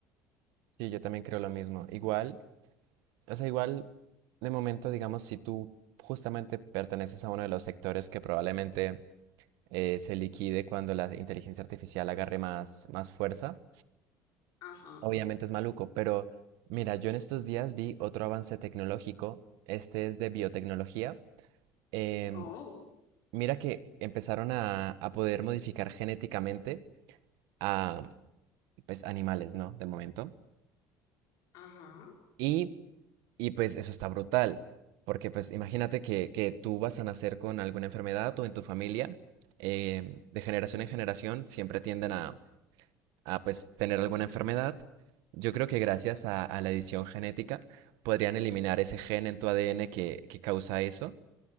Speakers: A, on the right; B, on the left.
A: Sí, yo también creo lo mismo. Igual, o sea, igual, de momento, digamos, si tú justamente perteneces a uno de los sectores que probablemente eh, se liquide cuando la inteligencia artificial agarre más, más fuerza.
B: Ajá.
A: Obviamente es maluco, pero mira, yo en estos días vi otro avance tecnológico. Este es de biotecnología. Em,
B: Oh.
A: mira que empezaron a, a poder modificar genéticamente a pues, animales, ¿no? De momento.
B: Ajá,
A: Y, y pues eso está brutal. Porque pues imagínate que, que tú vas a nacer con alguna enfermedad o en tu familia, em, de generación en generación siempre tienden a, a pues tener alguna enfermedad. Yo creo que gracias a, a la edición genética podrían eliminar ese gen en tu ADN que, que causa eso